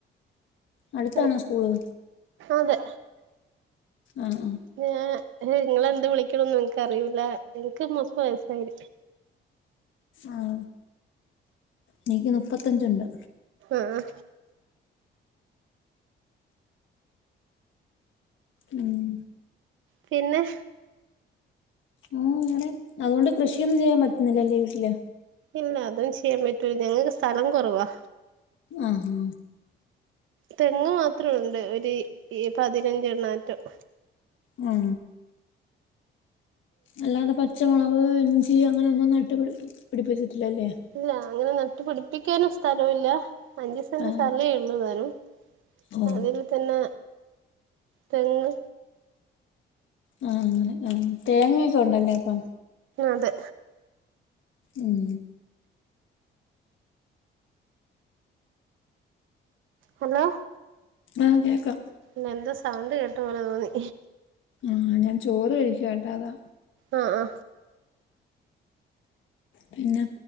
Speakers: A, on the left; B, on the right.
A: അടുത്താണോ
B: ഉം
A: സ്കൂള്
B: അതെ
A: ആഹ
B: ഞൻ നിങ്ങളെന്ത് വിളിക്കണംന്ന് നിനക്ക് അറിയിൂല്ല എനിക്ക് മുപ്പ വയസായി
A: ആഹ നക്ക് മുപ്പത്തഞ്ചണ്ട്
B: ആഹ്
A: ഉം
B: പിന്നെ
A: ഓ വേറെ അതുകൊണ്ട് കൃഷിയൊന്നും ചെയ്യാൻ പറ്റുന്നില്ലല്ലേ വീട്ടില്
B: ഇല്ല അതും ചെയ്യാൻ പറ്റൂല ഞങ്ങക്ക് സ്ഥലം കുറവാ
A: ആഹോ
B: തെങ്ങ് മാത്രംുണ്ട് ഒരു പതിനഞ്ച എണ്ണാറ്റം
A: ഉഹ അല്ലാതെ പ പച്ചമുളക്് ഇഞ്ചി അങ്ങനെൊന്നും നട്ട് പിടി പിടിപ്പിച്ചി ഇല്ലല്ലേ
B: ഇല്ല അങ്ങനെ നട്ടുപ പിടിപ്പിക്കാനും സ്ഥലവല്ല അഞ്ചു സെന്റ്
A: ആ
B: സഥലേ എവൂ വരും
A: ഓ
B: അതിൽ തന്നെ തങ്
A: ആ അങ്ങനെ ആഹ തേങ്ങക്കെ ഉണ്ടല്ലേ അപ്പം
B: അത്
A: ഉം
B: ഹലോ
A: ആഹ കേക്കാം
B: പി എന്താ സൗണ്ട് കേട്ട പോലെ തോന്നി
A: ആഹ ഞാൻ ചോറ് കഴിക്കു കേട്ടാ അതാ
B: ആഹ ആ
A: പിന്നെ